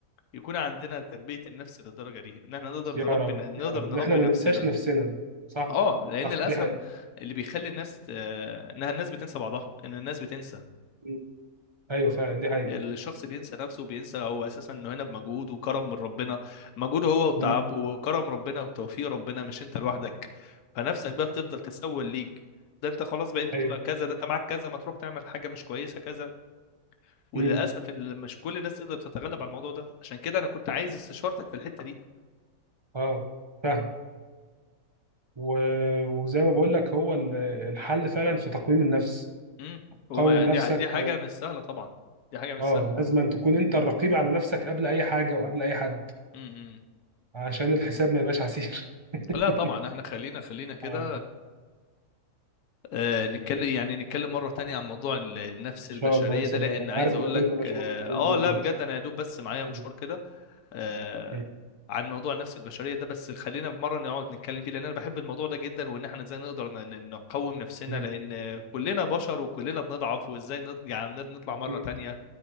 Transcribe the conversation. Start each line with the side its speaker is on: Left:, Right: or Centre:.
Left: يكون عندنا تربيه النفس للدرجه دي ان احنا نقدر
Right: يا
Left: نربي
Right: رب
Left: نقدر
Right: يا رب
Left: نربي
Right: ان احنا ما
Left: نفسنا
Right: ننساش نفسنا صح
Left: اه لان
Right: صح
Left: للاسف
Right: دي حقيقة
Left: اللي بيخلي الناس آه، انها الناس بتنسى بعضها ان الناس بتنسى
Right: مم. ايوه فعلا دي حقيقة
Left: الشخص بينسى نفسه وبينسى هو اساسا انه هنا بمجهود وكرم من ربنا مجهوده هو وتعب
Right: مم.
Left: وكرم ربنا وتوفيق ربنا مش انت لوحدك فنفسك بقى بتفضل تسول ليك ده انت خلاص بقيت
Right: ايوه
Left: م- كذا ده انت معاك كذا ما تروح تعمل حاجه مش كويسه كذا وللاسف
Right: مم.
Left: ان مش كل الناس تقدر تتغلب على الموضوع ده عشان كده انا كنت عايز استشارتك في الحته دي
Right: اه فاهم و... وزي ما بقول لك هو ال- الحل فعلا في تقويم النفس
Left: امم هو
Right: قوم
Left: ما-
Right: نفسك
Left: دي دي حاجه مش سهله طبعا دي حاجه مش
Right: اه
Left: سهله
Right: لازم تكون انت الرقيب على نفسك قبل اي حاجة وقبل اي حد
Left: امم امم.
Right: عشان الحساب ما يبقاش عسير <laughs>
Left: لا طبعا احنا خلينا خلينا كده
Right: اه
Left: آه، نتكلم يعني نتكلم مرة تانية عن موضوع ال- النفس
Right: ان
Left: البشرية
Right: شاء الله يا صديقي
Left: ده لأن
Right: انا
Left: عايز
Right: عارف
Left: أقول
Right: انك
Left: لك
Right: انت مشغول
Left: آه
Right: اليومين دول
Left: آه، لا بجد أنا يا دوب بس معايا
Right: مم.
Left: مشوار كده آه
Right: مم.
Left: عن موضوع النفس البشرية ده بس خلينا في مرة نقعد نتكلم فيه لأن أنا بحب الموضوع ده جدا وإن إحنا إزاي نقدر ن- ن- نقوم نفسنا
Right: مم.
Left: لأن كلنا بشر وكلنا بنضعف وإزاي نط- يعني نطلع
Right: اكيد
Left: مرة تانية